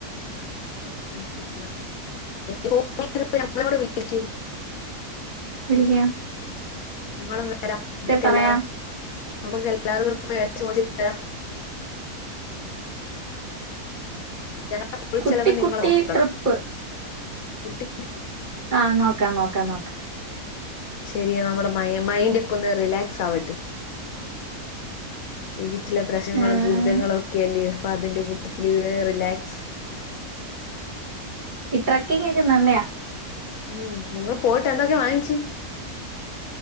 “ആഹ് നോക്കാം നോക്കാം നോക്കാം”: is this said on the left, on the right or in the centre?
Right